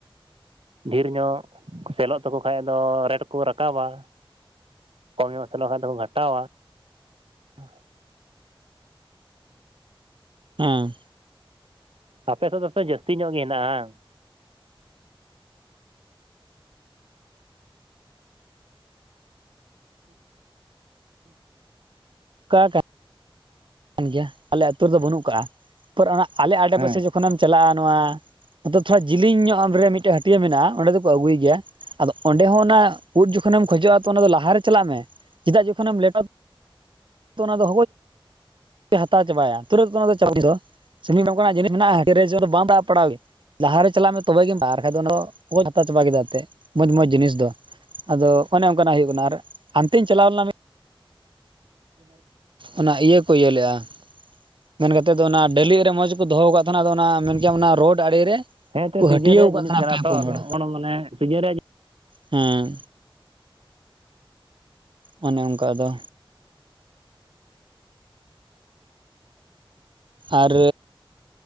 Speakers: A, on the right; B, on the right.
A: ᱰᱷᱮᱨ ᱧᱚᱜ ᱥᱮᱞᱚᱜ ᱛᱟᱠᱚ ᱠᱷᱟᱱ ᱫᱚ ᱨᱮᱴ ᱠᱚ ᱨᱟᱠᱟᱵᱟ᱾ ᱠᱚᱢ ᱢᱥᱚᱞ ᱞᱮ ᱠᱷᱟᱱ ᱫᱚᱠᱚ ᱜᱟᱴᱟᱣᱟ᱾ ᱦᱮᱸ᱾
B: ᱦᱮᱸ᱾
A: ᱟᱯᱮ ᱥᱮᱫ ᱫᱚ ᱥᱮ ᱡᱟᱹᱥᱛᱤ ᱧᱚᱜ ᱜᱮ ᱦᱮᱱᱟᱜᱼᱟ ᱵᱟᱝ?
B: <unintelligible> ᱠᱟᱱ ᱜᱮᱭᱟ ᱟᱞᱮ ᱟ ᱟᱹᱛᱩ ᱨᱮᱫᱚ ᱵᱟᱹᱱᱩᱜ ᱠᱟᱜᱼᱟ᱾ ᱛᱚ ᱚᱱᱟ ᱟᱞᱮ ᱟᱰᱮᱯᱟᱥᱮ
A: ᱦᱮᱸ
B: ᱡᱚᱠᱷᱚᱱᱮᱢ ᱪᱟᱞᱟᱜᱼᱟ ᱱᱚᱣᱟ ᱟ ᱛᱷᱚᱲᱟ ᱡᱮᱞᱮᱧ ᱧᱚᱜ ᱟ ᱨᱮ ᱢᱤᱫᱴᱮᱡ ᱦᱟᱹᱴᱤᱭᱟᱹ ᱢᱮᱱᱟᱜᱼᱟ ᱚᱸᱰᱮ ᱫᱚᱠᱚ ᱟᱹᱜᱩᱭ ᱜᱮᱭᱟ᱾ ᱟᱫᱚ ᱚᱸᱰᱮ ᱦᱚᱸ ᱚᱱᱟ ᱩᱫ ᱡᱚᱠᱷᱚᱱᱮᱢ ᱠᱷᱚᱡᱚᱜᱼᱟ ᱛᱚ ᱚᱱᱟ ᱞᱟᱦᱟ ᱨᱮ ᱪᱟᱞᱟᱜ ᱢᱮ᱾ ᱪᱮᱫᱟᱜ ᱪᱮ ᱡᱚᱠᱷᱚᱱᱮᱢ ᱞᱮᱴᱟᱣ ᱚᱱᱟ ᱫᱚ ᱦᱟᱛᱟᱣ ᱪᱟᱵᱟᱭᱟ ᱛᱩᱨ ᱫᱚ ᱪᱟᱣ ᱫᱚ ᱱᱚᱝᱠᱟᱱᱟᱜ ᱡᱤᱱᱤᱥ ᱢᱮᱱᱟᱜᱼᱟᱨᱮ <unintelligible> ᱯᱟᱲᱟᱣ ᱜᱮ ᱞᱟᱦᱟᱨ ᱨᱮ ᱪᱟᱞᱟᱜ ᱢᱮ ᱛᱚᱵᱮᱢ ᱵᱟᱝ ᱟᱨ ᱵᱟᱠᱟᱱᱡ ᱫᱚ ᱚᱱᱟ ᱠᱷᱚᱡ ᱦᱟᱛᱟᱣ ᱪᱟᱵᱟ ᱠᱮᱫᱟ᱾ ᱛᱮ ᱢᱚᱡᱽ ᱢᱚᱡᱽ ᱡᱤᱱᱤᱥ ᱫᱚ᱾ ᱟᱫᱚ ᱚᱱᱮ ᱚᱱᱠᱟᱱᱟᱜ ᱦᱤᱭᱩᱜ ᱠᱟᱱᱟ ᱟᱨ ᱟᱱᱛᱮᱧ ᱪᱟᱞᱟᱣ ᱞᱮᱱᱟ᱾ ᱚᱱᱟ ᱤᱭᱟᱹ ᱠᱚ ᱤᱭᱟᱹ ᱞᱮᱜᱼᱟ ᱢᱮᱱ ᱠᱟᱛᱮᱫ ᱫᱚ ᱚᱱᱟ ᱰᱟᱹᱞᱤᱜ ᱨᱮ ᱢᱚᱸᱡᱽ ᱜᱮᱠᱚ ᱫᱚᱦᱚ ᱟᱠᱟᱫ ᱛᱟᱦᱮᱸᱱᱟ᱾ ᱟᱫᱚ ᱚᱱᱟ ᱢᱮᱱᱠᱮᱭᱟᱢ ᱚᱱᱟ ᱨᱳᱰ ᱟᱲᱮ ᱨᱮ
A: ᱦᱮᱸᱛᱚ
B: ᱠᱚ
A: ᱥᱤᱡᱚᱱ
B: ᱦᱟᱹᱴᱤᱭᱟᱹᱣ
A: ᱨᱮᱭᱟᱜ
B: ᱟᱠᱟᱫ
A: ᱡᱤᱱᱤᱥ
B: ᱛᱟᱦᱮᱱᱟ
A: ᱠᱟᱱᱟ
B: ᱯᱮ
A: ᱛᱷᱚ
B: ᱯᱩᱱ ᱦᱚᱲ
A: ᱱᱚᱜᱚ ᱱᱚᱣᱟ ᱢᱟᱱᱮ ᱥᱤᱨᱡᱚᱱ ᱨᱮᱭᱟᱜ
B: ᱦᱮᱸ᱾ ᱚᱱᱮ ᱚᱱᱠᱟ ᱟᱫᱚ᱾ ᱟᱨᱻ